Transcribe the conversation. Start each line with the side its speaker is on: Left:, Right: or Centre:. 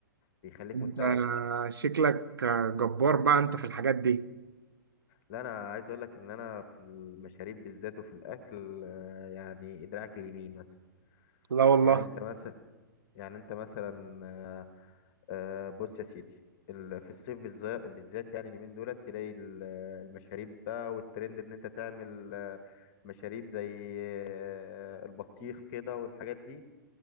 Left: بيخليك
Right: انت
Left: منتعش
Right: شكلك آه، جبار بقى انت في الحاجات دي
Left: لا انا عايز اقول لك ان انا في المشاريب بالذات وفي الاكل آه، يعني ادراك اليمين مثلا
Right: لا والله
Left: يعني انت مثلا يعني انت مثلا آه، آه، بص يا سيدي ال- في الصيف بالذا- بالذات يعني اليمين دولت تلاقي ال- المشاريب بقى والترند ان انت تعمل آه، مشاريب زي آه، البطيخ كده والحاجات دي